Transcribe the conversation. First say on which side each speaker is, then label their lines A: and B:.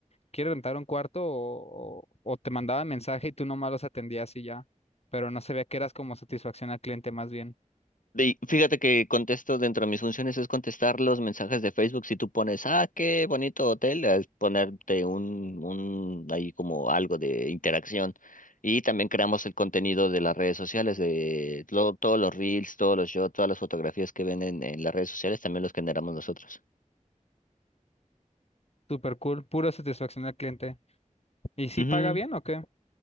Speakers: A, on the left (about 50°); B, on the left (about 85°).
A: quiero rentar un cuarto o, o, o te mandaban mensaje y tú nomás los atendías y ya, pero no sabía que eras como satisfacción al cliente más bien.
B: Y fíjate que contesto dentro de mis funciones es contestar los mensajes de Facebook. Si tú pones, ah, qué bonito hotel, es ponerte un, un, ahí como algo de interacción. Y también creamos el contenido de las redes sociales, de lo- todos los reels, todos los shots, todas las fotografías que ven en, en las redes sociales, también los generamos nosotros.
A: Super cool, pura satisfacción al cliente. ¿Y si
B: Ujú.
A: paga bien o qué?